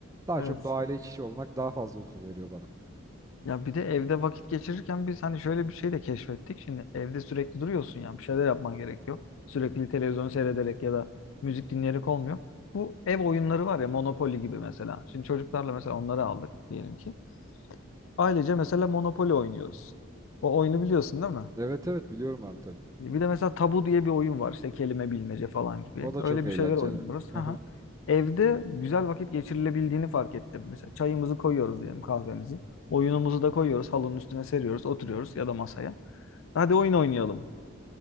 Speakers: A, on the right; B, on the left.
A: Daha
B: Evet.
A: çok doğayla iç içe olmak daha fazla huzur veriyor bana.
B: Ya bir de evde vakit geçirirken biz hani şöyle bir şey de keşfettik. Şimdi evde sürekli duruyorsun ya bir şeyler yapman gerekiyor. Sürekli televizyon seyrederek ya da müzik dinleyerek olmuyor. Bu ev oyunları var ya Monopoly gibi mesela. Şimdi çocuklarla mesela onları aldık diyelim ki. Ailece mesela Monopoly oynuyoruz. O oyunu biliyorsun değil mi?
A: Evet evet biliyorum abi tabii.
B: Bir de mesela tabu diye bir oyun var işte kelime bilmece falan gibi.
A: O da
B: Öyle
A: çok eğlenceli.
B: bir şeyler oynuyoruz.
A: Hı
B: Hı
A: hı.
B: hı. Evde güzel vakit geçirilebildiğini fark ettim. Mesela çayımızı koyuyoruz diyelim kahvemizi. Oyunumuzu da koyuyoruz halının üstüne seriyoruz oturuyoruz ya da masaya. Hadi oyun oynayalım